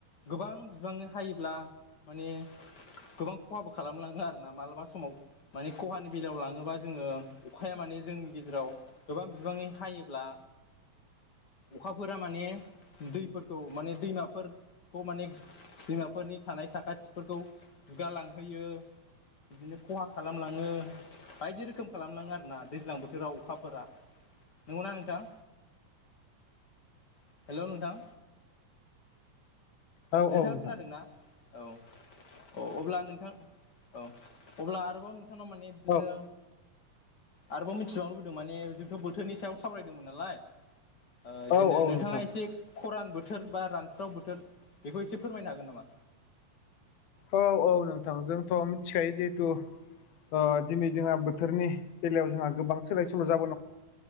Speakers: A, on the left; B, on the left.
A: गोबां बिबांनो हायोब्ला माने गोबां खहाबो खालामलाङो आरोना मालाबा समाव माने खहानि बेलायाव लाङोबा जोङो अखाया मा ने जोंनि गेजेराव गोबां बिबाङै हायोब्ला अखाफोरा माने दैफोरखौ माने दैमाफोरखौ माने दैमाफोरनि थानाय साखाथिफोरखौ जुगालांहोयो। बिदिनो खहा खालामलाङो। बायदि रोखोम खालामलाङो आरो ना दैज्लां बोथोराव अखाफोरा नंगौना नोंथां? <inaudible> हेलौ नोंथां
B: औ
A: नोंथाङा
B: औ नोंथां
A: खोनादोंना? औ। औ अब्ला नोंथां औ अब्ला आरोबाव नोंथानाव माने बिदिनो
B: औ
A: आरोबाव मिथिबावनो लुगैदों माने जोंथ' बोथोरनि सायाव सावरायदोंमोन नालाय। ओ
B: औ
A: दिनाय
B: औ
A: नोंथांङा
B: नोंथां
A: खरान बोथोर बा रानस्राव बोथोर बेखौ एसे फोरमायनो हागोन नामा?
B: औ औ नोंथां जोंथ' मिथिखायो जिहेथु ओ दिनै जोंहा बोथोरनि बेलायाव जोंहा गोबां सोलाय सोल' जाबोनो